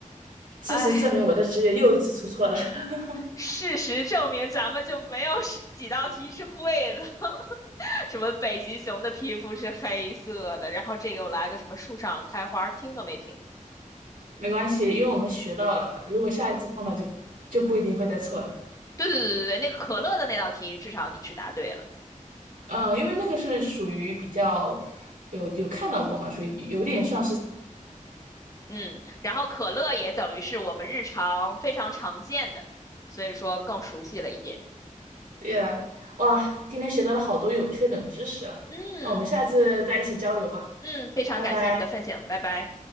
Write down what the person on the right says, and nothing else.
事实证明我的职业又一次出错了，
<laughs>
没关系，因为我们学到了，如果下一次碰到就就不一定会再错了。
嗯，因为那个是属于比较有有看到过嘛，属于有点像是，
对呀。哇，今天学到了好多有趣的冷知识啊，
那我们下次再一起交流吧，
拜拜。